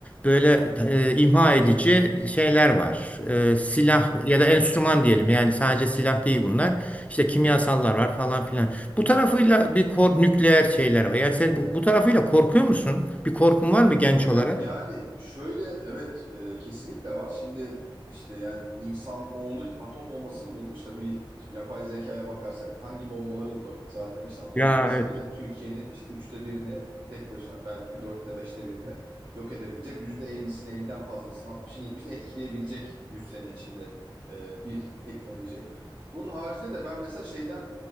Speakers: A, on the left; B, on the right.
A: böyle e, imha edici şeyler var.
B: hı
A: E, silah
B: hı.
A: ya da enstrüman diyelim yani sadece silah değil bunlar. İşte kimyasallar var falan filan. Bu tarafıyla bir kor nükleer şeyler var. Yani sen bu, bu tarafıyla korkuyor musun? Bir korkun var mı genç
B: Hocam
A: olarak?
B: yani şöyle evet e, kesinlikle var. Şimdi işte yani insan oğlu atom bombasını bulmuş da bu şimdi yapay zekaya bakarsak hangi bombaları bulabilir? Zaten işte atom
A: Ya
B: bombası
A: evet.
B: bile Türkiye'nin işte üçte birini tek başına belki bir dörtte beşte birini yok edebilecek. Yüzde ellisini elliden fazlasını altmışını yetmişini etkileyebilecek yüz sene içinde e, bir teknoloji. Bunun haricinde de ben mesela şeyden